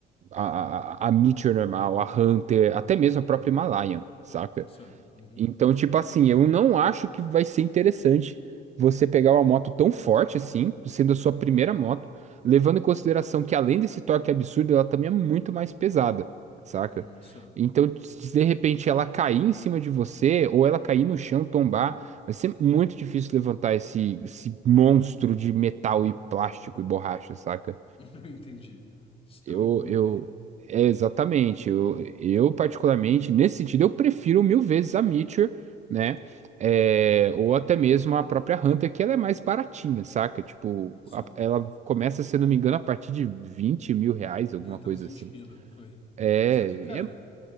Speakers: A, on the right; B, on the left.
A: a, a, a Meteor normal, a Hunter, até mesmo a própria Himalayan, saca?
B: Só. Uhum.
A: Então, tipo assim, eu não acho que vai ser interessante você pegar uma moto tão forte assim, sendo a sua
B: Uhum.
A: primeira moto, levando em consideração que além desse torque absurdo, ela também é muito mais pesada, saca?
B: Hum, só.
A: Então, se de repente ela cair em cima de você, ou ela cair no chão, tombar, vai ser muito difícil levantar esse, esse monstro de metal e plástico e borracha, saca?
B: <laughs> Entendi. Esse trombolho
A: Eu, eu,
B: aí.
A: é, exatamente. Eu, eu, particularmente, nesse sentido, eu prefiro mil vezes a Meteor, né? É, ou até mesmo a própria Hunter, que ela é mais baratinha, saca? Tipo, a-
B: Só.
A: ela começa, se eu não me engano, a partir de 20 mil reais, alguma
B: É, tá
A: coisa
B: uns vinte
A: assim.
B: pila, foi.
A: É,
B: Só que, cara,
A: é-